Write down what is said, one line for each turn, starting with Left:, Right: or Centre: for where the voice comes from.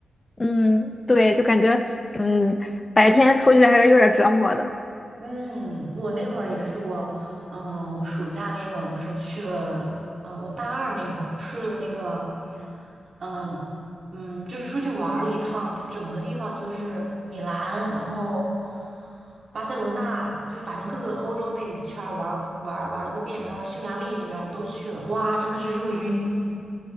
Left: 嗯，对，就感觉嗯，白天出去还是有点折磨的。
Right: 嗯，我那会儿也是我，嗯、我暑假那会儿不是去了，嗯、我大二那会儿去了那个，嗯、嗯，就是出去玩儿了一趟，就整个地方就是米兰，然后巴塞罗那，就是反正各个欧洲那圈儿玩儿玩儿玩儿了个遍，然后匈牙利那边儿都去了，哇，真的是热晕。